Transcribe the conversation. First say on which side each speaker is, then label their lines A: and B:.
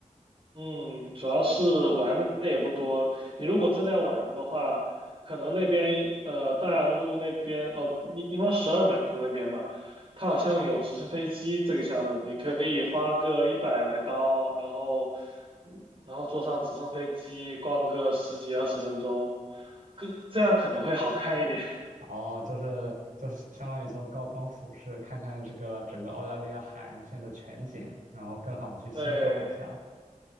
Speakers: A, on the right; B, on the right.
A: 嗯，主要是玩的也不多。你如果真的要玩的话，可能那边呃大洋路那边哦，你因为十二门徒那边吧，它好像有直升飞机这个项目，你可以花个一百来刀，然后嗯然后坐上直升飞机逛个十几二十分钟，更这样可能会好看一点。<laughs>
B: 哦，就是就是相当于从高空俯视，看看这个整个澳大利亚海岸线的全景，然后更好的去欣赏一下。
A: 对，